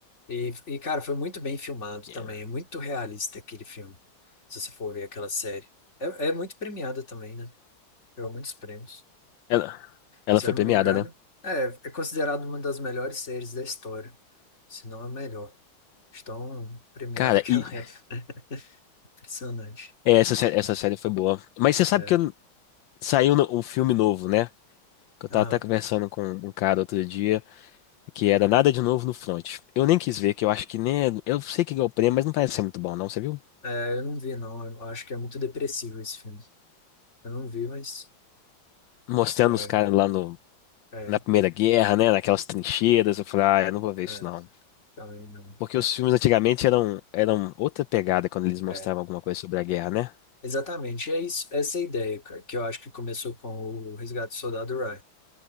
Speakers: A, on the left; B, on the left.
A: E, e, cara, foi muito bem filmado
B: Yeah.
A: também. É muito realista aquele filme. Se você for ver aquela série. É, é muito premiada também, né? Ganhou muitos prêmios.
B: Ela, ela
A: Se
B: foi
A: eu
B: premiada,
A: não me engano,
B: né?
A: é, é considerado uma das melhores séries da história. Se não a melhor. Estão premiada
B: Cara,
A: que
B: e
A: ela é. <laughs> Impressionante.
B: é, essa, sé- essa série foi boa. Mas você sabe
A: É.
B: que eu- saiu no- um filme novo, né? Que eu
A: Aham.
B: tava até conversando com um cara outro dia, que era Nada de Novo no Front. Eu nem quis ver, que eu acho que nem. é- Eu sei que ganhou o prêmio, mas não parece ser muito bom, não, você viu?
A: É, eu não vi, não. Eu acho que é muito depressivo esse filme. Eu não vi, mas.
B: Mostrando
A: é,
B: os caras lá no,
A: É,
B: na Primeira Guerra, né? Naquelas trincheiras. Eu falei, ah, eu não vou ver isso,
A: é,
B: não.
A: também não.
B: Porque os filmes antigamente eram, eram outra pegada quando eles mostravam
A: É,
B: alguma coisa sobre a guerra, né?
A: exatamente. É isso, essa é a ideia, cara, que eu acho que começou com o Resgate do Soldado Ryan,